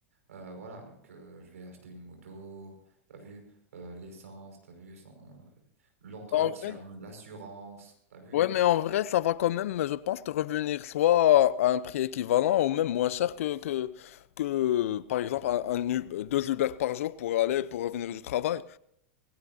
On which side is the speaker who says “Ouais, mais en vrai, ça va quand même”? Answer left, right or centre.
Left